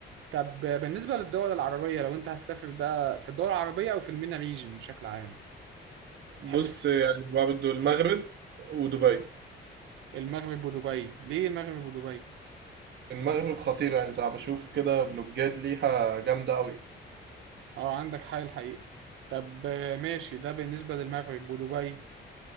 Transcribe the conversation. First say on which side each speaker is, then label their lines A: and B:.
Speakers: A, on the right; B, on the right.
A: طب بالنسبة للدول العربية لو انت هتسافر بقى في الدول العربية او في المينا ريجن بشكل عام
B: بص
A: تحب تس-
B: يعني برضه المغرب ودبي
A: المغرب ودبي ليه المغرب ودبي
B: المغرب خطير يعني صعب أشوف كده فلوجات ليها جامدة أوي
A: اه عندك حق الحقيقة طب آه، ماشي ده بالنسبة للمغرب ودبي